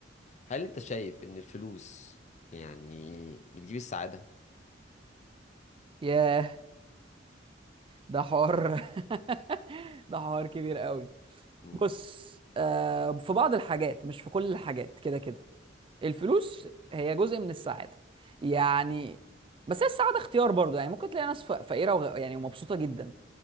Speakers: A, on the left; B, on the right.
A: هل انت شايف ان الفلوس يعني بتجيب السعادة؟
B: ياه ده حوار <laughs> ده حوار كبير قوي
A: امم
B: بص آه في بعض الحاجات مش في كل الحاجات كده كده الفلوس هي جزء من السعاده يعني بس هي السعاده اختيار برضو يعني ممكن تلاقي ناس ف- فقيره وغ... يعني ومبسوطه جدا